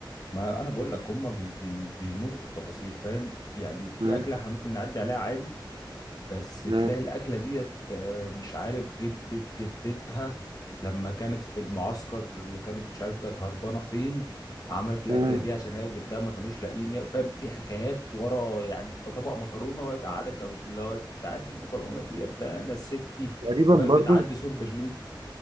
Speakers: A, on the left; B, on the right.
A: ما انا بقول لك هم بي بي بيموتوا في التفاصيل فاهم في يعني في
B: مم.
A: اكله احنا ممكن نعدي عليها عادي بس تلاقي
B: مم.
A: الاكله ديت آه، مش عارف جدة جدتها لما كانت في المعسكر اللي كانت مش عارف كانت هربانه فين عملت الاكله
B: مم.
A: دي عشان هي وجدها ما كانوش لاقيين فاهم في حكايات ورا يعني تبقى طبق مكرونه وهي تقعدك جنب- اللي هو انت عارف المكرونه ديت ده انا ستي
B: تقريبا
A: وهي
B: برضو
A: بتعدي سور برلين